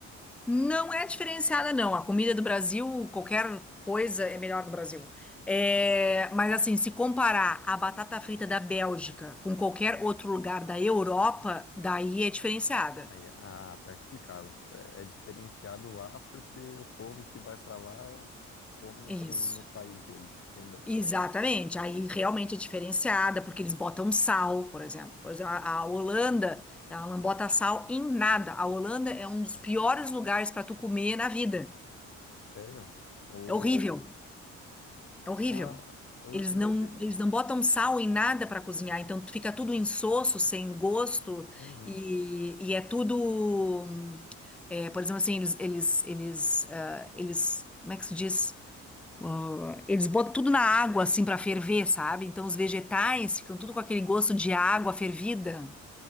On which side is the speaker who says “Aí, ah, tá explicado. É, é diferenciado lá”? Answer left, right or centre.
Left